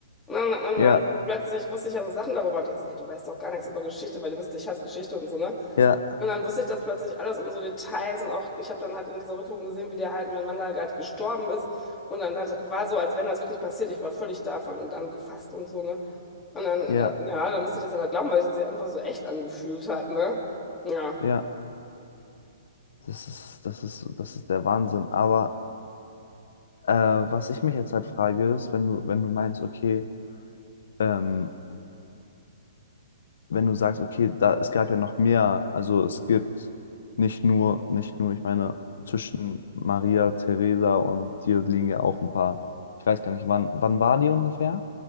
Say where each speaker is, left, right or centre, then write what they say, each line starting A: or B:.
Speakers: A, on the left; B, on the left.
A: Und dann, und
B: ja,
A: dann plötzlich wusste ich ja so Sachen darüber und der so, ey, du weißt doch gar nichts über Geschichte, weil du wusstest, ich hasse Geschichte und so, ne?
B: ja,
A: Und dann wusste ich das plötzlich alles und so Details und auch, ich habe dann halt in dieser Rückführung gesehen, wie der halt, mein Mann da gerade gestorben ist. Und dann hat, war so, als wenn das wirklich passiert. Ich war völlig davon und dann gefasst und so, ne? Und dann, äh,
B: ja,
A: ja, dann musste ich das halt glauben, weil sich das sich einfach so echt angefühlt hat, ne? Ja.
B: ja, das ist, das ist, das ist der Wahnsinn. Aber äh, was ich mich jetzt halt frage, ist, wenn du, wenn du meinst, okay, ähm, wenn du sagst, okay, da, es gab ja noch mehr, also es gibt nicht nur, nicht nur, ich meine, zwischen Maria, Theresa und dir liegen ja auch ein paar, ich weiß gar nicht, wann, wann war die ungefähr?